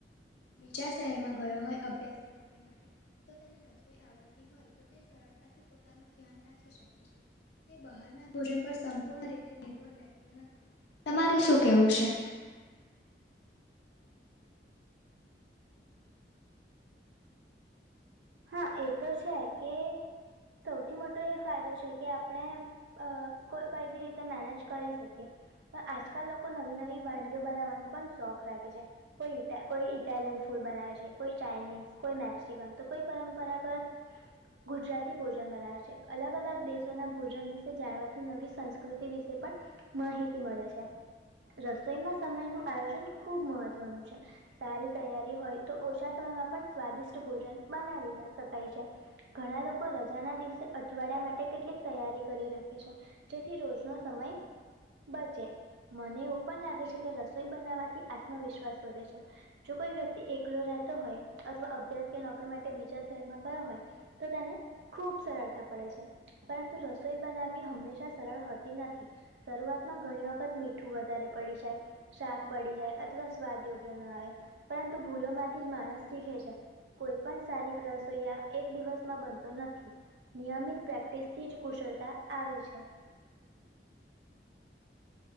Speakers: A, on the left; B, on the right.
A: બીજા શહેરમાં ગયો હોય અભ્યાસ કે નોકરી માટે તો તેને રસોઈ આવડતી હોય તો તે સરળતા પોતાનું ધ્યાન રાખી શકે છે. તે બહારના ભોજન પર સંપૂર્ણ રીતે નિર્ભર રહેતો ન તમારું શું કેવું છે?
B: હા એ તો છે કે સૌથી મોટો એ ફાયદો છે કે આપણે અ કો કઈ બી રીતે મેનેજ કરી શકીએ. પણ આજકાલ લોકો નવી નવી વાનગીઓ બનાવવાનો પણ શોખ રાખે છે. કોઈ ઇટા કોઈ ઇટાલિયન ફૂડ બનાવે છે, કોઈ ચાઇનીઝ કોઈ મેક્સિકન તો કોઈ પરંપરાગત ગુજરાતી ભોજન બનાવે છે. અલગ અલગ દેશોના ભોજન વિશે જાણવાથી નવી સંસ્કૃતિ વિશે પણ માહિતી મળે છે. રસોઈમાં સમય નું આયોજન ખુબ મહત્વનું છે. સારી તૈયારી હોય તો ઓછા સમયમાં પણ સ્વાદિષ્ટ ભોજન બનાવી શકાય છે. ઘણા લોકો રજાના દિવસે અઠવાડિયા માટે કેટલીક તૈયારી કરી રાખે છે. જેથી રોજ નો સમય બચે મને એવું પણ લાગે છે કે રસોઈ બનાવવાથી આત્મવિશ્વાસ વધે છે. જો કોઈ વ્યક્તિ એકલો રહેતો હોય અથવા અભ્યાસ કે નોકરી માટે તે બીજા શહેરમાં ગયો હોય તો તેને ખુબ સરળતા પડે છે. પરંતુ રસોઈ બનાવવી હંમેશા સરળ હોતી નથી. શરૂઆતમાં ઘણી વખત મીઠું વધારે પડી જાય શાક બળી જાય અથવા સ્વાદ યોગ્ય ના આવે પરંતુ ભૂલો માંથી જ માણસ શીખે છે કોઈ પણ સારી રસોઈયા એક દિવસમાં બનતો નથી. નિયમિત પ્રેક્ટિસથી જ કુશળતા આવે છે.